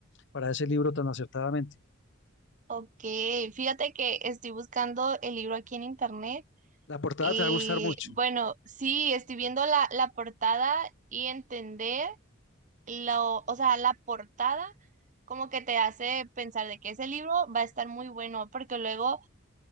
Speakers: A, on the left; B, on the right.
A: para ese libro tan acertadamente.
B: Ok, fíjate que estoy buscando el libro aquí en internet
A: La portada
B: y
A: te va a gustar mucho.
B: bueno, sí, estoy viendo la, la portada y entender lo, o sea, la portada como que te hace pensar de que ese libro va a estar muy bueno, porque luego